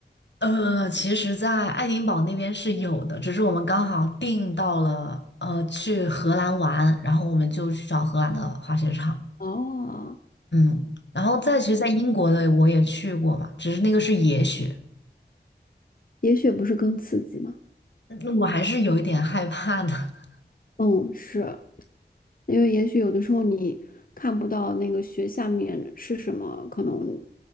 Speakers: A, on the left; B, on the left.
A: 呃，其实，在爱丁堡那边是有的，只是我们刚好订到了，呃，去荷兰玩，然后我们就去找荷兰的滑雪场。
B: <laughs> 哦，
A: 嗯，然后再其实，在英国的我也去过嘛，只是那个是野雪，
B: 也许不是更刺激吗？
A: 嗯我还是有一点害怕的。<laughs>
B: 嗯，是因为也许有的时候你看不到那个雪下面是什么，可能